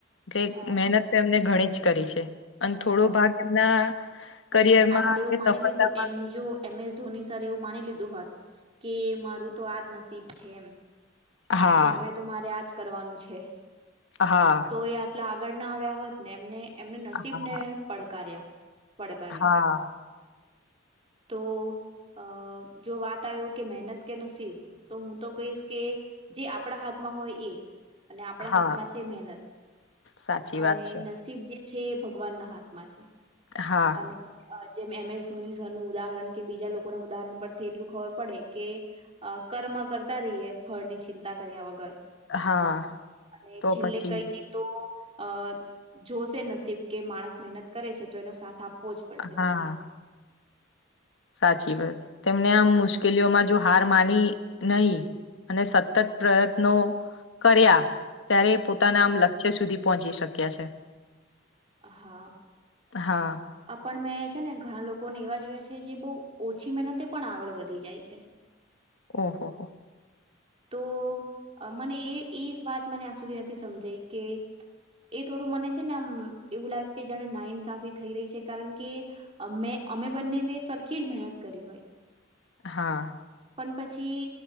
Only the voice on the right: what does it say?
હા
હા
હવે આપણેે
એવું
માની લીધું એમ જો એમ એસ ધોની સર એવું માની લીધું હોત કે મારું તો આજ નસીબ છે એમ
કે હવે તો મારે આજ કરવાનું છે
તો એ આટલા આગળ ના આવ્યા હોત ને એમને એમને નસીબ
ને પડકાર્યા. પડકાર્યું
તો અ જો વાત આવે કે મહેનત કે નસીબ તો હું તો કહીશ કે જે આપણા હાથમાં હોય એ. અને આપણા
હાથમાં છે મહેનત
અને
નસીબ જે છે ભગવાન ના હાથમાં છે.
અને જેમ એમ એસ ધોની સરનું ઉદાહરણ કે બીજા લોકોના ઉદાહરણ પરથી એટલું ખબર પડે કે કર્મ કૅમ કરતા રહીયએ ફળ ની ચિંતા કર્યા વગર
અને
છેલ્લે
કઈ નહી તો અ જોશે નસીબ કે માણસ મહેનત કરે છે તો એનો સાથ આપવો જ પડશે. પછી
હા
હા
આપણ મે છે ને ઘણા લોકોને એવા જોયા છે જે બહુ ઓછી મહેનતે પણ આગળ વધી જાય છે.
તો મને એ એક વાત મને આજ સુધી નથી સમજાઈ કે એ થોડું મને છે ને અમ એવું લાગે કે જાણે નાઇન્સાફી થઈ રહી છે કારણ કે મેં અમે બંને બે સરખી જ મહેનત કરી હોય.
પણ પછી